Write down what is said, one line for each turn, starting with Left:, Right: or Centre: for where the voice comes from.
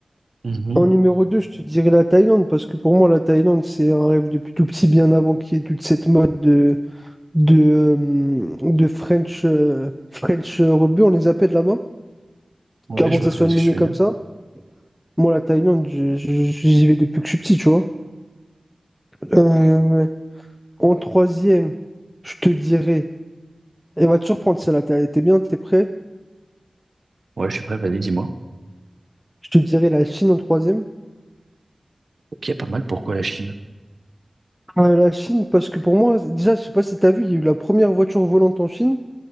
Right: Mhm.
Centre: En numéro 2 je te dirais la Thaïlande, parce que pour moi, la Thaïlande, c'est un rêve depuis tout petit, bien avant qu'il y ait toute cette mode de, de, euh, de French, euh, French rebut, on les appelle là-bas,
Right: Ouais,
Centre: avant
Right: je
Centre: que
Right: vois
Centre: ça
Right: très
Centre: soit
Right: bien
Centre: miné
Right: ce que tu veux
Centre: comme
Right: dire.
Centre: ça. Moi, la Thaïlande, je- je- j'y vais depuis que je suis petit, tu vois. Euh, en troisième, je te dirais, elle va te surprendre celle-là, t'es t'es bien, t'es prêt?
Right: Ouais, je suis prêt, vas-y, dis-moi.
Centre: Je te dirais la Chine en troisième.
Right: Ok, pas mal, pourquoi la Chine?
Centre: Euh, la Chine, parce que pour moi, déjà, je sais pas si t'as vu, il y a eu la première voiture volante en Chine.